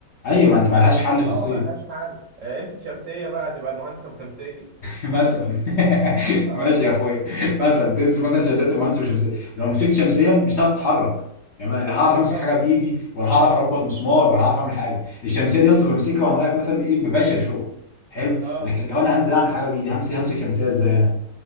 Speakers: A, on the left; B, on the right.
A: ايوه ما انت ملهاش حل في
B: اه
A: الصيف
B: ملهاش حل آه، امسك شمسيه بقى تبقى المهندس ابو شمسيه
A: مثلا <laughs>
B: اه
A: ماشي يا اخويا مثلا تمسك مثلا شمسيه تبقى مهندس بالشمسيه لو مسكت شمسيه مش هتعرف تتحرك يعني أنا لا هعرف
B: بالظبط
A: امسك حاجه بايدي ولا هعرف اربط مسمار ولا هعرف اعمل حاجه الشمسيه دي اصلا
B: إن-
A: بمسكها وانا واقف مثلا ايه بباشر شغل حلو
B: اه
A: لكن لو انا هنزل اعمل حاجه بايدي همسك همسك شمسيه ازاي انا